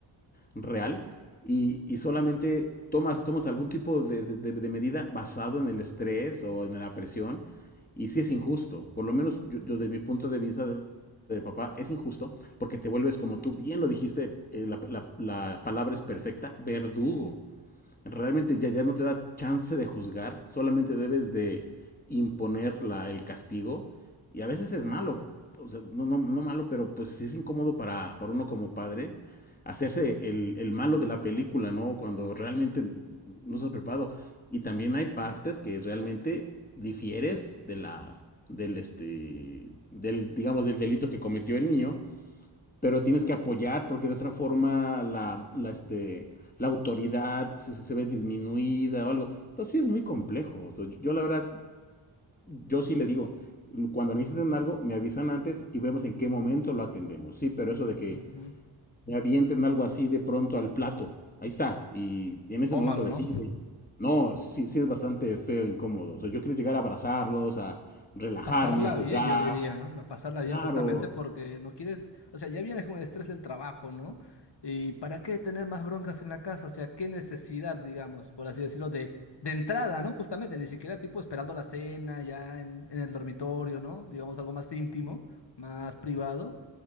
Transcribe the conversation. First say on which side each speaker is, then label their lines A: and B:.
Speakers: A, on the left; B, on the left.
A: real y, y
B: ujú,
A: solamente tomas, tomas algún tipo de, de- de medida basado en el estrés o en la presión y sí es injusto, por lo menos yo, yo de mi punto de vista de, de papá es injusto porque te vuelves como tú bien lo dijiste, eh, la, la- la palabra es perfecta, verdugo realmente ya, ya no te da chance de juzgar, solamente debes de imponer la, el castigo y a veces es malo, o sea, no, no, no, malo, pero pues sí es incómodo para, para uno como padre hacerse el, el, malo de la película, ¿no? Cuando realmente no estás preparado. Y también hay partes que realmente difieres de la del este del digamos del delito que cometió el niño pero tienes que apoyar porque de otra forma la, la, este, la autoridad se, se ve disminuida o algo. Entonces sí es muy complejo. O sea, yo yo la verdad, yo sí les digo, cuando necesiten algo, me avisan antes y vemos en qué momento lo atendemos. Sí, pero eso de que
B: ujú.
A: me avienten algo así de pronto al plato, ahí está, y, y en ese
B: Tómalo,
A: momento decide.
B: ¿no?
A: No, sí, sí es bastante feo, incómodo. O sea, yo quiero llegar a abrazarlos, a relajarme,
B: Pasarla
A: a jugar.
B: bien, yo diría, ¿no? A Pasarla bien
A: Claro,
B: justamente porque no quieres, o sea, ya vienes con el estrés del trabajo, ¿no? ¿Y para qué tener más broncas en la casa? O sea, qué necesidad, digamos, por así decirlo, de, de entrada, ¿no? Justamente, ni siquiera tipo esperando la cena ya en, en el dormitorio, ¿no? Digamos algo más íntimo, más privado.